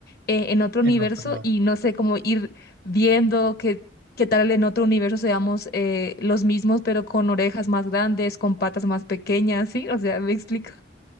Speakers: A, on the left; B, on the right.
A: eh, en otro
B: en
A: universo
B: otro lado.
A: y no sé, cómo ir viendo que ¿Qué tal en otro universo seamos eh, los mismos, pero con orejas más grandes, con patas más pequeñas, ¿sí? O sea, ¿me explico?